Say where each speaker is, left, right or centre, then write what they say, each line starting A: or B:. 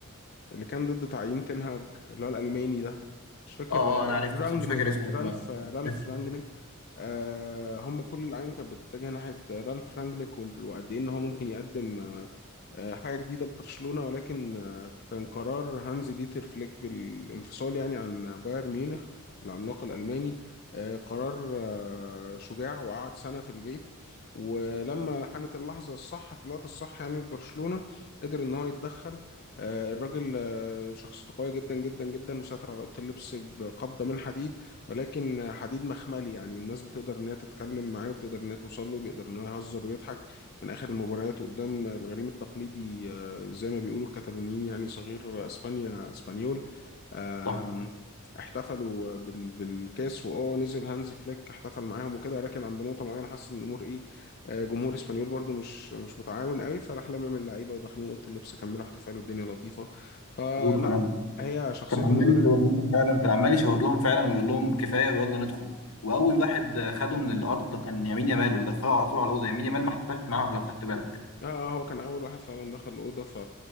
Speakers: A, on the left; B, on the left.
A: اللي كان ضد تعيين تنهاج اللي هو الألماني ده مش فاكر
B: اه
A: آه،
B: اه انا عرفته
A: رانجنيك
B: بس مش فاكر اسمه
A: رالف
B: كمان
A: آه، رالف
B: عرفت،
A: رانجنيك آه، هم كل الأعين كانت بتتجه ناحية آه، رالف رانجنيك وال- وقد ايه ان هو ممكن يقدم آه، آه، حاجة جديدة ببرشلونة ولكن كان قرار هانزي ديتر فليك بالانفصال يعني عن بايرن ميونخ العملاق الألماني آه، قرار آه، شجاع وقعد سنة في البيت ولما حانت اللحظة الصح في الوقت الصح يعني برشلونة قدر إن هو يتدخل آه، الراجل آه، شخصيته قوية جدا جدا جدا وسيطر على أوضة اللبس بقبضة من حديد ولكن حديد مخملي يعني الناس بتقدر إن هي تتكلم معاه وبتقدر إن هي توصل له بيقدر إن هو يهزر ويضحك كان آخر المباريات قدام الغريم التقليدي آه، زي ما بيقولوا الكتالونيين يعني صغير اسبانيا اسبانيول آم،
B: صح
A: احتفلوا بال- بالكاس واه نزل هانز فليك احتفل معاهم وكده ولكن عند نقطه معينه حس ان الامور ايه آه، جمهور اسبانيول برضو مش مش متعاون قوي فراح لمم اللعيبه وداخلين اوضه اللبس كملوا احتفال والدنيا لطيفه فلا
B: مظبوط كلامك
A: هي شخصيه
B: كان عمال
A: المدرب
B: يشاور لهم فعلا كان عمال يشاور لهم فعلا ويقول لهم كفايه ويلا ندخل واول واحد آه، خده من الارض كان يمين يامال ودخله على طول على الاوضه يمين يامال ما احتفلش معاهم لو خدت بالك
A: اه آه، هو كان اول واحد فعلا دخل الاوضه ف...